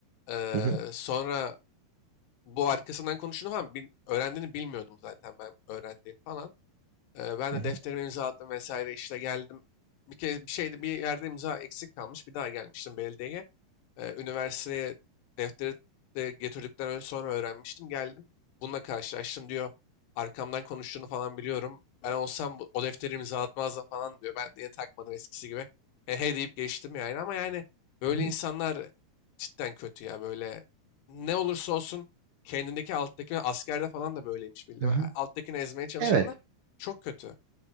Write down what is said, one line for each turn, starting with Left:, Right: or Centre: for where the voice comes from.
Left: Ee,
Right: hı hı,
Left: sonra bu arkasından konuştuğunu falan bil- öğrendiğini bilmiyordum zaten ben öğrendiğini falan. Eee, ben
Right: hı
Left: de
Right: hı,
Left: defterime imza attım vesaire işte geldim. Bir kez bir şeyde bir yerde imza eksik kalmış. Bir daha gelmiştim belediyeye. Eee, üniversiteye defteri de getirdikten ö- sonra öğrenmiştim. Geldim. Bununla karşılaştım diyor. Arkamdan konuştuğunu falan biliyorum. Ben olsam bu- o defteri imzalatmazdım falan diyor. Ben niye takmadım eskisi gibi. He he deyip geçtim yani. Ama yani böyle
Right: hı hı.
Left: insanlar cidden kötü ya. Böyle ne olursa olsun kendindeki alttakine askerde falan da böyleymiş bildim.
Right: hı hı.
Left: Alttakini ezmeye çalışanlar
Right: Evet,
Left: çok kötü.